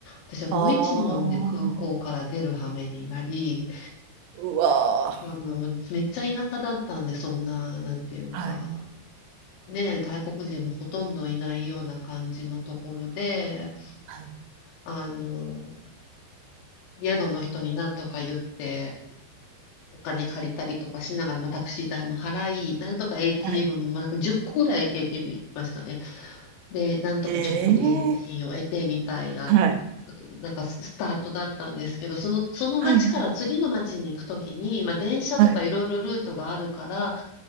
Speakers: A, on the left; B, on the right.
A: 私は無一文で空港から出る羽目になり、
B: ああ。うわー。
A: あの、めっちゃ田舎だったんで、そんな、なんていうか、
B: はい。
A: ね、外国人もほとんどいないような感じのところで、
B: はい。
A: あの、宿の人に何とか言って、お金借りたりとかしながら、まあ、タクシー代も払い、なんとか ATM
B: はい。
A: も、まあ、なんか10個ぐらい ATM 行きましたね。で、なんとかちょっと現金を得てみたいな、
B: ええはい。
A: なんかススタートだったんですけど、その、その町から次の町に行くときに、
B: はいはい。
A: まあ、電車とかいろいろルートがあるから、
B: はい。